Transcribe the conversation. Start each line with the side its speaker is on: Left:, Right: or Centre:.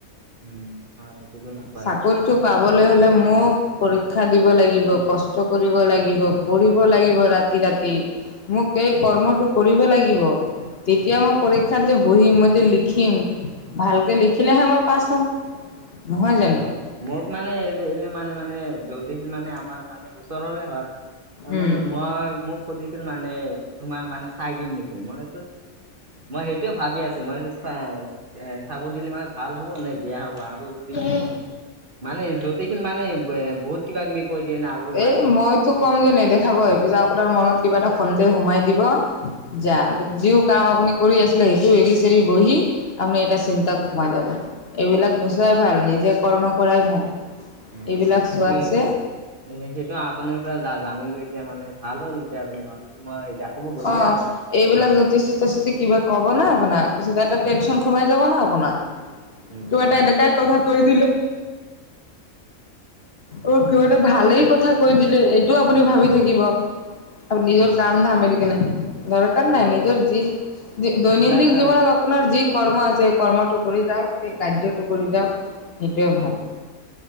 Right: উম হয় সেইটোতো নাপায়
Left: চাকৰিটো
Right: এইটো
Left: পাবলৈ হলে মোক পৰীক্ষা দিব লাগিব, কষ্ট কৰিব লাগিব, পঢ়িব লাগিব ৰাতি ৰাতি মোক এই কৰ্মটো কৰিব লাগিব। এতিয়া
Right: উম
Left: মই পৰীক্ষাত যে বহিম মই যে লিখিম, ভালকে লিখিলেহে মই পাছ হ'ম। নহয় জানো?
Right: হয় মোক মানে এনে এনে মানে মানে জতিশীল মানে আমাৰ মানে ওচৰৰে হয় তাৰ
Left: উম।
Right: মানে মই মোক সুধিছিল মানে তোমাৰ মানে চাই দিম নেকি মই মই সেইটোয়ে ভাবি আছো মই চ আহ চাব দিলে মানে ভাল হ'ব নে বেয়া হ'ব আৰু যদি
Left: উম
Right: মানে জতিশীল মানে ব্ৱে বহুত কিবা কিবি কৈ দিয়ে না আৰু মানে
Left: এ মইতো
Right: উ
Left: কম যে নেদেখাবই পিছত আপোনাৰ মনত কিবা এটা সন্দেহ সোমাই দিব যাব যিও কাম আপুনি কৰি আছিলে সেইটো এৰি চেৰি বহি আমি এটা চিন্তাত সোমাই যাব। এইবিলাক নুচোৱাই ভাল নিজে কৰ্ম কৰাই ভাল
Right: উম
Left: এইবিলাক
Right: সেইটোয়ে
Left: চোৱাতছে
Right: সেইটো আপুনিৰ পৰা জা জানিলো এতিয়া মানে ভাল হ'ল। এতিয়া আৰু নহ'লেতো মই দেখাব গ'লোৱে
Left: অ',
Right: হয়
Left: এইবিলাক
Right: মানে,
Left: <unintelligible> কিবা ক'ব নে আপোনাক? পিছত এটা টেনশন সোমাই যাব না আপোনাৰ
Right: উম
Left: কিবা এটা
Right: হয়
Left: এনেকাই ক কৈ দিলে। অ', কিবা এটা ভালেই কথা কৈ দিলে এইটো আপুনি ভাবি থাকিব। আৰু নিজৰ
Right: উম
Left: কাম ধাম এৰি কিনে। দৰকাৰ
Right: আৰু
Left: নাই নিজৰ যি দৈনন্দিন
Right: কিবা এটা
Left: জীৱনত আপোনাৰ যি কৰ্ম আছে সেই কৰ্মটো কৰি যাওঁক সেই কাৰ্যটো কৰি যাওঁক সেইটোৱে ভাল।